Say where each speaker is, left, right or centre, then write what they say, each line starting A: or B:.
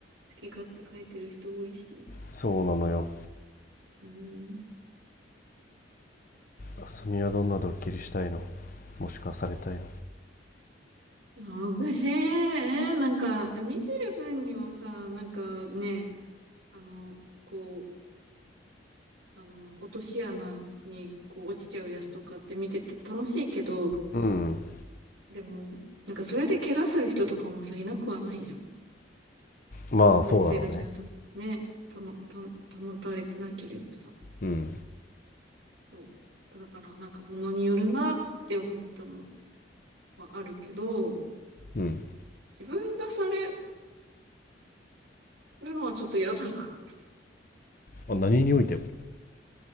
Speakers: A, on the right (about 75°); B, on the left (about 45°).
A: き勝手書いてる人多いし。
B: そうなのよ
A: うん。
B: あすみはどんなドッキリしたいのもしくはされたいの
A: あ私、えーなんか、いや見てる分にはさ、なんかね、あの、こう、あの、落とし穴にこう落ちちゃうやつとかって見てて楽しいけど、
B: うん
A: でも、なんかそれで怪我する人とかもさ、いなくはないじゃん。そう安全性がちゃんとね、
B: のまあそうだろうね
A: たの、た、保たれてなければさ。
B: うん
A: そう。だから、なんか物によるなって思ったのはあるけど、
B: うん
A: 自分がされるのはちょっと嫌だなって。
B: あ何においても